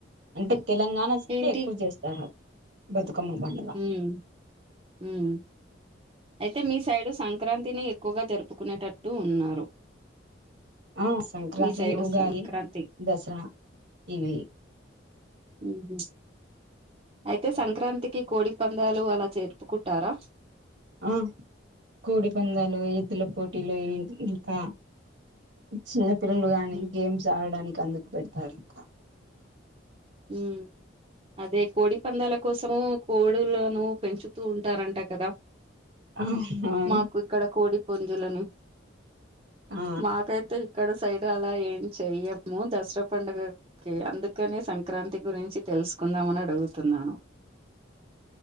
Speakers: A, on the right; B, on the right.
A: అంటే తెలంగాణ సై
B: ఏంటి
A: ఎక్కువ చేస్త సర బతుకమ్మ బం
B: ఉమ్ ఉమ్ అయితే మీ సైడు సంక్రాంతిని ఎక్కువగా జరుపుకునేటట్టు ఉన్నారు
A: ఆ సంక్రాంతి,
B: మీ సైడు
A: ఉగాలి,
B: సంక్రాంతి
A: దస్రా ఇవి
B: ఊహు అయితే సంక్రాంతికి కోడి పందేలు అలా జరుపుకుంటారా
A: ఆ కోడి పందేలు, ఎద్దుల పోటీలు, ఇం ఇంకా చిన్నపిల్లలు గాని
B: ఉమ్
A: గేమ్స్ ఆడడానికి అందుకు పెడతారు ఇంకా
B: ఉమ్ అదే కోడి పందేల కోసము కోడులను పెంచుతూ ఉంటారంట కదా
A: ఆ అవును
B: మాకు ఇక్కడ కోడి పుంజులని
A: ఆ
B: మాకైతే అక్కడ సైడ్ అలా ఏం చెయ్యము దస్రా పండుగకి అందుకనే సం క్రాంతి గురించి తెలుసుకుందాం అని అడుగుతున్నాను